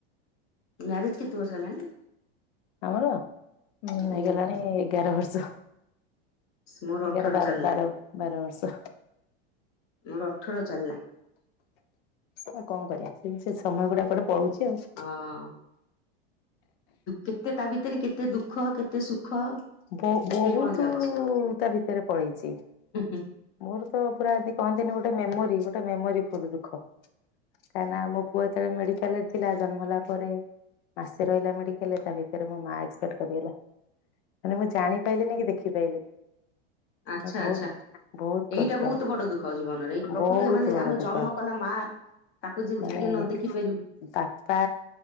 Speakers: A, on the left; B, on the left.
A: ମ୍ୟାରଜ୍ କେତେ ବର୍ଷ ହେଲାଣି?
B: ଆମର ଉଁ
A: ଆଜ୍ଞା
B: ହେଇଗଲାଣି ଏଗାର ବର୍ଷ।
A: ମୋର
B: ହଗାର
A: ଅଠର
B: ବାର
A: ଚାଲିଲା
B: ବାର ବାର ବର୍ଷ।
A: ମୋର ଅଠର ଚାଲିଲା।
B: ଆଉ କଣ କରିବା ସେ ସେ ସମୟ ଗୁଡା ଗୋଟେ ପଳଉଛି ଆଉ।
A: ହଁ କେତେ ତା ଭିତରେ କେତେ ଦୁଃଖ କେତେ ସୁଖ।
B: ବ
A: କେତେ
B: ବହୁତ
A: କଣ ଯାଉଛି।
B: ତା ଭିତରେ ପଳେଇଛି।
A: ହୁଁ
B: ମୋର ତ ପୁରା ଯଦି କହନ୍ତିନି ଗୋଟେ ମେମୋରି ଗୋଟେ ମେମୋରି ଫୁଲ ଦୁଃଖ। କାହିଁକି ନା ମୋ ପୁଅ ତଳେ ମେଡିକାଲ ରେ ଥିଲା ଜନ୍ମ ହେଲା ପରେ ମାସେ ରହିଲା ମେଡିକଲେ ତା ଭିତରେ ମୋ ମା ଏକ୍ସପେକ୍ଟ କରିଦେଲା। ମାନେ ମୁଁ ଜାଣିପାରଲିିନି କି ଦେଖିପ ପାଇଲିିନି।
A: ଆଚ୍ଛା
B: ବହୁତ
A: ଆଚ୍ଛା
B: ବହୁତ କଷ୍ଟ
A: ଏଇଟା ବହୁତ ବଡ ଦୁଃଖ ଜୀବନରେ ଏଇଟା ପ୍ରକୃତ
B: ବହୁତ
A: ମାନେ
B: ବଡ
A: ଆମେ
B: ଦୁଃଖ।
A: ଜନ୍ମ କଲା ମା ତାକୁ ଯଦି
B: ମାନେ
A: ଟିକେ ନ ଦେଖି
B: ତା
A: ପାରିବୁ
B: ବାପା